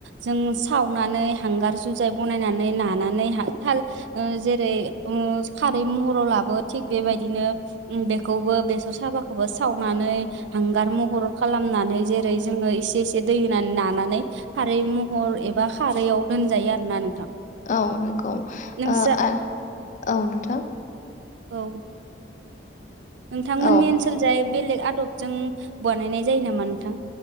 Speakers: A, on the right; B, on the left.
A: जों सावनानै हांगार जुजाय बनायनानै नाना नै‌ हा थाल ओ जेरै मुस खारै महराव लाबो। थिग बेबायदिनो उम बेखौबो बेसर साबाखौबो सावनानै हांगार महर खालामनानै जेरै जोङो एसे एसे दै होनानै नानानै खारै महर एबा खारैयाव दोनजायो आरो ना नोंथां।
B: औ नंगौ
A: नोंस्रा
B: ओ आ औ नोंथां।
A: औ नोंथांमोननि
B: औ
A: ओनसोल जाय बेलेग आदबजों बनायनाय जायो नामा नोंथां?